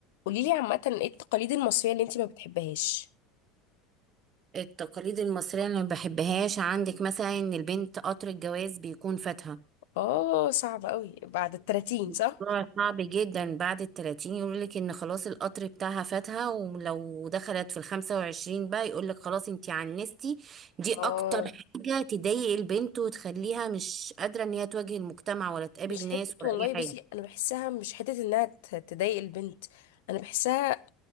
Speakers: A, on the left; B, on the right.
A: قولي لي عامة ايه التقاليد المصرية اللي انتي ما بتحبهاش
B: التقاليد المصرية اللي ما بحبهاش عندك مثلا ان البنت قطر الجواز بيكون فاتها
A: اه صعب قوي بعد التلاتين صح
B: موضوع صعب جدا بعد التلاتين يقولك ان خلاص القطر بتاعها فاتها ولو دخلت في الخمسة وعشرين بقى يقولك خلاص انتي عنستي دي
A: اه
B: اكتر حاجة تضايق البنت وتخليها مش قادرة ان هي تواجه المجتمع ولا تقابل
A: مش حتة
B: ناس ولا
A: والله
B: اي حاجة
A: بصي انا بحسها مش حتة انها ت- تضايق البنت انا بحسها